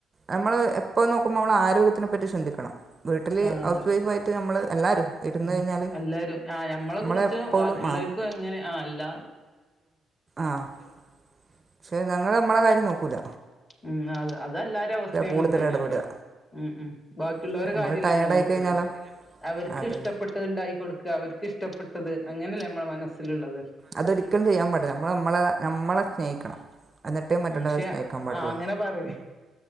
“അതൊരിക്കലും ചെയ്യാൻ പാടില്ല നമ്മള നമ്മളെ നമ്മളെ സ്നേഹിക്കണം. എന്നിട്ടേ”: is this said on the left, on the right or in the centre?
Right